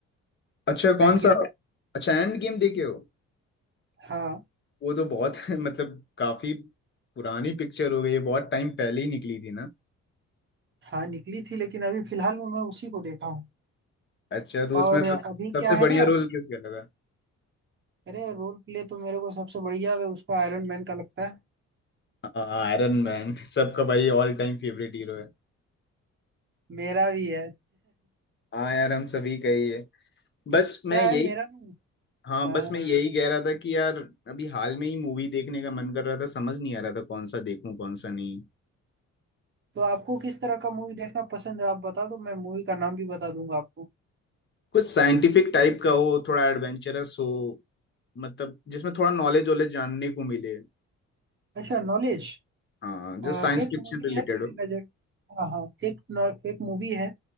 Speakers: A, on the left; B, on the right.
A: अच्छा
B: End
A: कौन
B: game
A: सा अच्छा एंड गेम देखे हो
B: हाँ
A: वो तो बहुत <laughs> मतलब काफी पुरानी पिक्चर हो गई है बहुत टाइम पहले ही निकली थी ना
B: हाँ निकली थी लेकिन अभी फिलहाल में मैं उसी को देखा हूँ
A: अच्छा तो उसमें
B: और
A: सब
B: अभी
A: सबसे
B: क्या है
A: बढ़िया
B: ना
A: रोल किसका लगा
B: अरे रोल प्ले तो मेरे को सबसे बढ़िया उसका आयरन मैन का लगता है
A: आयरन मैन सबका भाई ऑल टाइम फेवरेट हीरो है
B: मेरा भी है
A: हाँ यार हम सभी का ही है बस मैं
B: क्या
A: यही
B: है मेरा नहीं
A: हाँ
B: हाँ
A: बस मैं यही कह रहा था कि यार अभी हाल में ही मूवी देखने का मन कर रहा था समझ नहीं आ रहा था कौन सा देखूं कौन सा नहीं
B: तो आपको किस तरह का मूवी देखना पसंद है आप बता दो मैं मूवी का नाम भी बता दूंगा आपको
A: कुछ साइंटिफिक टाइप का हो थोड़ा एडवेंचरस हो मतलब जिसमें थोड़ा नॉलेज वॉलेज जानने को मिले
B: अच्छा नॉलेज
A: हाँ जो
B: आ,
A: साइंस
B: एक
A: फिक्शन
B: मूवी
A: रिलेटेड
B: है मेरी
A: हो
B: नजर हाँ हाँ एक नॉ- एक मूवी है